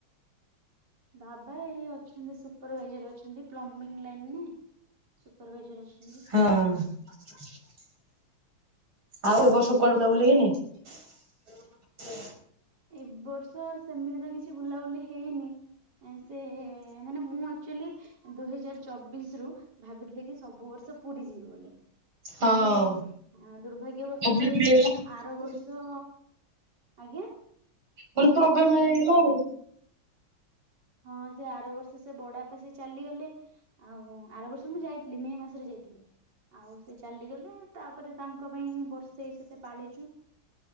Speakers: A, on the right; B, on the right.
A: ବାବା ଏଇ ଅଛନ୍ତି ସୁପରଭାଇଜର ଅଛନ୍ତି ପ୍ଲମିନି ଲାଇନ ନାଇଁ ସୁପରଭାଇଜର ଅଛ
B: ହଁ। ଆଉ ଏ ବର୍ଷ
A: ଆଜ୍ଞା
B: କୁଆଡେ ବୁଲା ବୁଲି ହେଇନି?
A: ଏ ବର୍ଷ ସେମିତି ତ କିଛି ବୁଲାବୁଲି ହେଇନି ଏ ସେ ମାନେ ମୁଁ ଆକଚୁଲି ଦୁଇ ହଜାର ଚବିଶ ରୁ ଭାବିଥିଲି କି ସବୁ ବର୍ଷ ପୁରୀ ଯିବି ବୋଲି।
B: ହଁ
A: କିନ୍ତୁ ଦୁର୍ଭାଗ୍ୟବଷତ
B: ପ୍ରୋବ୍ଲେମ
A: ଏଇ
B: ହେଇଗଲା ମୁଁ କହିଲି
A: ଆର ବର୍ଷ ଆଜ୍ଞା।
B: କହିଲି ପ୍ରୋବ୍ଲେମ ହେଇଗଲା ଆଉ।
A: ହଁ ସେ ଆର ବର୍ଷ ସେ ବଡ ବାପା ସେ ଚାଲିଗଲେ। ଆଉ ଆର ବର୍ଷ ମୁଁ ଯାଇଥିଲି ମେ ମାସରେ ଯାଇଥିଲି ଆଉ ସେ ଚାଲିଗଲେ ତାପରେ ତାଙ୍କ ଙ୍କ ପାଇଁ ବର୍ଷେ ସେତେ ପାଳିଛୁ।